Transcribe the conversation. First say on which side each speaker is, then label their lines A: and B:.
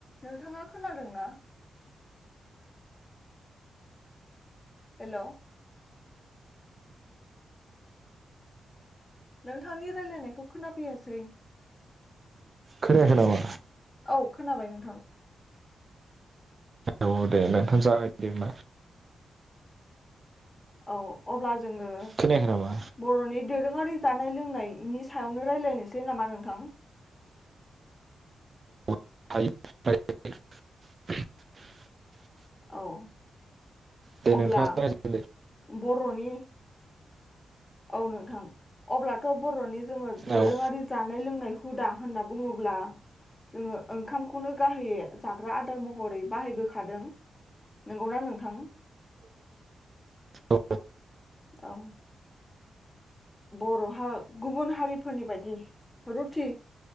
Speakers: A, on the left (about 20°); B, on the right (about 45°).
A: नोंथाङा खोनादों ना? हेल' नोंथांनि रायलायनायखौ खोनाफैयासै।
B: खोनायाखै नामा?
A: औ खोनाबाय नोंथां।
B: औ दे नोंथां जागायदो हबा
A: औ अब्ला जोङो
B: खोनायाखै नामा
A: बर'नि दोरोङारि। जानाय लोंनायनि सायावनो रायलायनोसै नामा नोंथां।
B: <unintelligible>
A: औ।
B: दे
A: अब्ला
B: नोंथाङा जागायजेनदो
A: बर'नि औ नोंथां अब्लाथ' बर'नि। जोङो दोरोङारि
B: औ
A: जानाय लोंनायखौ। हुदा होनना बुङोब्ला जोङो ओंखामखौनो गाहायै जाग्रा आदार महरै बाहायबोखादों नोंगौना नोंथां।
B: औ।
A: औ। बर'हा गुबुन हारिफोरनि बादि रुथि